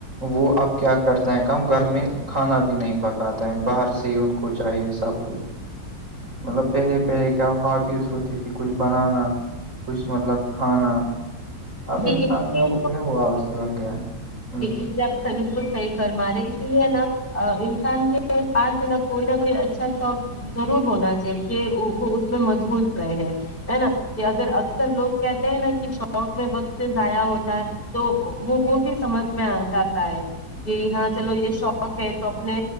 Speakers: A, on the right (about 45°); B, on the left (about 30°).
A: وہ اب کیا کرتا ہے کام گھر میں کھانا بھی نہیں پکاتا ہے باہر سے سے ان کو چاہیے سب کچھ مطلب پہلے پہلے کیا ہابیز ہوتی تھی کچھ بنانا کچھ مطلب کھانا اب
B: جی
A: ان
B: اسی لیے
A: جو ہو گیا وہ آلسی بنگیا ہوں
B: اسے آپ سبھی کو صحیح فرمارے اسی لیے نا انسان کے پاس ہے نا کوئی نہ کوئی اچھا شوق ضرور ہونا چاہیے کہ وہ اس میں مشغول ہوئے ہیں ہے نا کہ اگر اکثر لوگ کہتے ہیں نا کہ شوق میں وقت ضائع ہوتا ہے تو وہ وہ بھی سمجھ میں آ جاتا ہے کہ ہاں چلو یہ شوق ہے تو اپنے